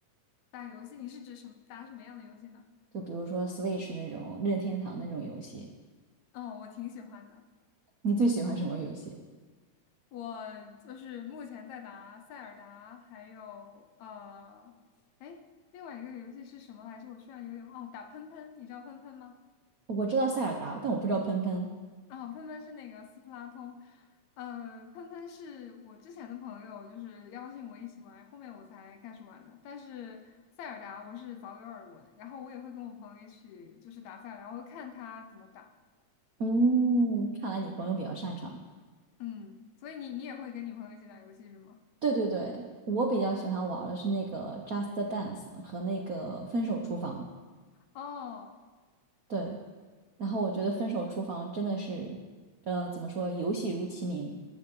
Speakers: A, on the left (about 75°); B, on the right (about 70°).
A: 打游戏，你是指什么，打什么样的游戏呢？
B: 就比如说 Switch 那种任天堂那种游戏，
A: 嗯，我挺喜欢的。
B: 你最喜欢什么游戏？
A: 我就是目前在打塞尔达，还有呃，哎，另外一个游戏是什么来着？我突然有点哦，打喷喷，你知道喷喷吗？
B: 我知道塞尔达，但我不知道喷喷。
A: 啊、喷喷是那个斯普拉通，呃，喷喷是我之前的朋友就是邀请我一起玩，后面我才开始玩的。但是塞尔达我是早有耳闻，然后我也会跟我朋友一起就是打塞尔达，我会看他怎么打。
B: 嗯，看来你朋友比较擅长。
A: 嗯，所以你你也会跟你朋友一起打游戏是吗？
B: 对对对，我比较喜欢玩的是那个 Just Dance 和那个分手厨房。
A: 哦，
B: 对，然后我觉得分手厨房真的是，呃，怎么说，游戏如其名，